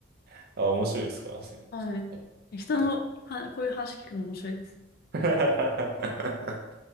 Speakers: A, on the right (about 55°); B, on the left (about 55°).
A: <laughs> あ、面白いですから、<laughs>
B: はい。人のは、
A: だか
B: こういう話聞くの面白いです。
A: ら。<laughs>